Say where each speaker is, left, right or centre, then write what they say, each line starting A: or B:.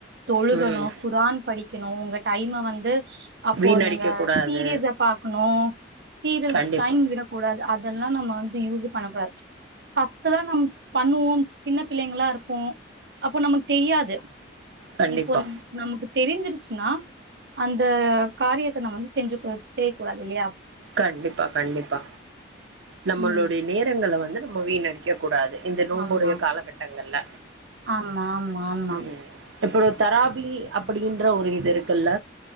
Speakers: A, on the right; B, on the right.
A: தொழுகணும்
B: ம்
A: குரான் படிக்கணும் உங்க டைம வந்து அப்போ
B: வீணடிக்க
A: நீங்க
B: கூடாது
A: சீரியஸா பாக்கணும் சீர்
B: கண்டிப்பா
A: டைம் விடக்கூடாது கூடாது அதெல்லாம் நம்ம வந்து யூஸ் பண்ணக் கூடாது ஃபர்ஸ்டுலா நம்ப பண்ணுவோம் சின்ன பிள்ளைங்களா இருப்போம் அப்போ நமக்கு தெரியாது
B: கண்டிப்பா
A: இப்போ நமக்கு தெரிஞ்சிருச்சுனா அந்த காரியத்த நம்ப வந்து செஞ்சு செய்ய கூடாது இல்லயா
B: கண்டிப்பா கண்டிப்பா நம்மளோட
A: ம்
B: நேரங்கள வந்து நம்ம வீண்ணடிக்க கூடாது இந்த நோம்போடய
A: ஆமா
B: காலகட்டங்கள்ல
A: ஆமா ஆமா ஆமா
B: ம் இப்போ தராபி அப்டின்ற ஒரு இது இருக்குல்ல